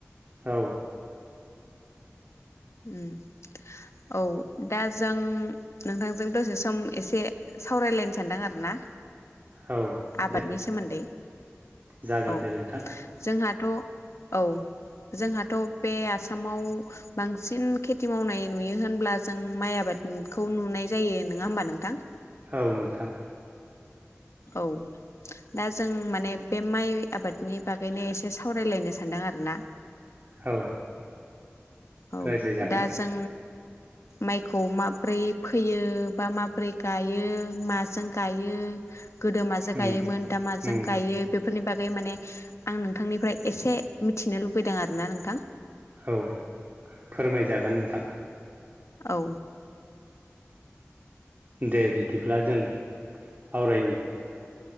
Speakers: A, on the right (about 40°); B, on the left (about 75°).
A: औ
B: अम औ दा जों नोंथांजों दसे सम एसे सावरायलायनो सानदों आरो ना
A: औ
B: आबादनि
A: दे
B: सोमोन्दै
A: जागोन
B: औ
A: दे नोंथां
B: जोंहा थ औ जोंहाथ बे आसामाव बांसिन खेथि मावनाय नुयो होनब्ला जों माइ आबादखौ नुनाय जायो नङा होमबा नोंथां।
A: औ नोंथां।
B: औ दा जों माने बे माइ आबादनि बागैनो एसे सावरायलायनो सानदों आरो ना
A: औ
B: औ
A: रायज्लायजागोन
B: दाजों माइखौ माबोरै फोयो बा माबोरै गायो माजों गायो गोदो माजों
A: उम
B: गायोमोन दा माजों
A: उम
B: गायो बेफोरनि बागै बे माने आं नोंथांनिफ्राय एसे मिथिनो लुबैदों आरो ना नोंथां।
A: औ फोरमायजागोन नोंथां।
B: औ
A: दे बिदिब्ला जों आवरायनि